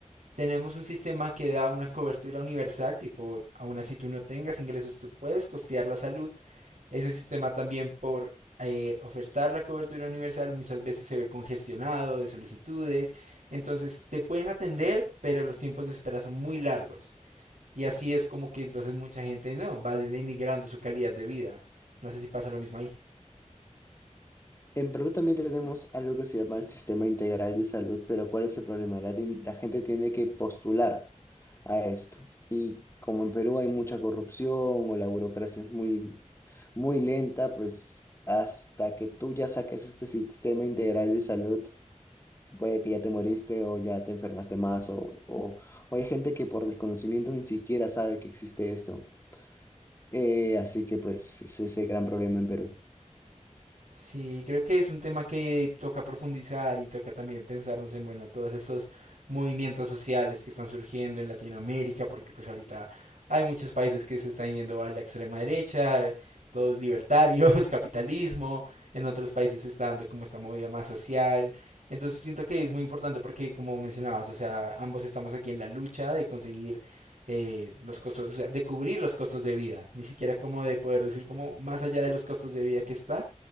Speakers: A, on the right; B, on the left.
A: Tenemos un sistema que da una cobertura universal, tipo, aun así tú no tengas ingresos, tú puedes costear la salud. Ese sistema también por eh, ofertar la cobertura universal muchas veces se ve congestionado de solicitudes. Entonces te pueden atender, pero los tiempos de espera son muy largos. Y así es como que entonces mucha gente no va denigrando su calidad de vida. No sé si pasa lo mismo ahí.
B: En Perú también tenemos algo que se llama el Sistema Integral de Salud, pero ¿cuál es el problema? La, tin- la gente tiene que postular a esto. Y como en Perú hay mucha corrupción o la burocracia es muy, muy lenta, pues hasta que tú ya saques este Sistema Integral de Salud, puede que ya te moriste o ya te enfermaste más o, o, o hay gente que por desconocimiento ni siquiera sabe que existe esto. Eh, así que pues es ese gran problema en Perú.
A: Sí, creo que es un tema que toca profundizar y toca también pensarnos en, bueno, todos estos movimientos sociales que están surgiendo en Latinoamérica, porque pues ahorita hay muchos países que se están yendo a la extrema derecha, todos libertarios, <laughs> capitalismo, en otros países se está dando como esta movida más social. Entonces siento que es muy importante porque, como mencionabas, o sea, ambos estamos aquí en la lucha de conseguir eh, los costos, o sea, de cubrir los costos de vida, ni siquiera como de poder decir como más allá de los costos de vida que está.